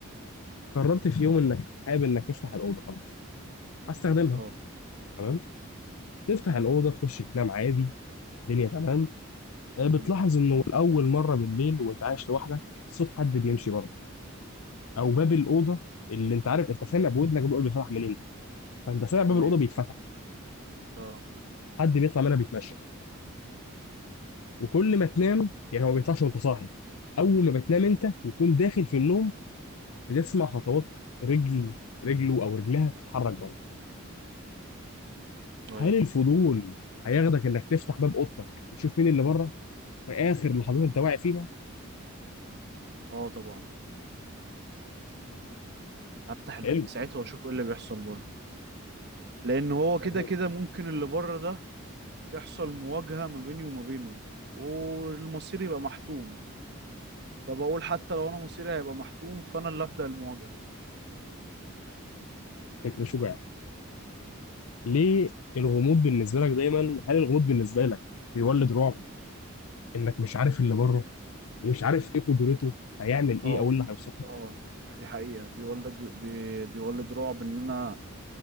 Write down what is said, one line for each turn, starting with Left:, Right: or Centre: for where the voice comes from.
Left: قررت في يوم انك حابب انك تفتح الاوضه خلاص هستخدمها
Right: اه
Left: تمام تفتح
Right: امم
Left: الاوضه تخش تنام عادي الدنيا تمام آه، بتلاحظ
Right: امم
Left: انه لاول مره بالليل وانت عايش لوحدك صوت حد بيمشي
Right: امم
Left: بره او باب الاوضه اللي انت عارف انت سامع بودنك بيقول بيفتح منين فانت سامع باب
Right: ايوه
Left: الاوضه بيتفتح
Right: اه
Left: حد بيطلع منها بيتمشى وكل ما تنام يعني هو ما بيطلعش وانت صاحي اول ما بتنام انت وتكون داخل في النوم بتسمع خطوات رجل رجله او رجلها بتتحرك بره
Right: ايوه
Left: هل الفضول هياخدك انك تفتح باب اوضتك وتشوف مين اللي بره في اخر لحظات انت واعي فيها
Right: اه طبعا هفتح الباب
Left: حلو
Right: في ساعتها واشوف ايه اللي بيحصل بره لان هو كده
Left: تمام
Right: كده ممكن اللي بره ده تحصل مواجهة ما بيني وما بينه والمصير يبقى محتوم فبقول حتى لو انا مصيري هيبقى محتوم فانا اللي ابدا المواجهة
Left: فكره شجاع ليه الغموض بالنسبه لك دايما هل الغموض بالنسبه لك بيولد رعب انك مش عارف اللي بره ومش عارف ايه قدرته هيعمل ايه
Right: اه
Left: او إيه اللي هيوصل
Right: اه دي حقيقة بيولد بي... بيولد رعب ان انا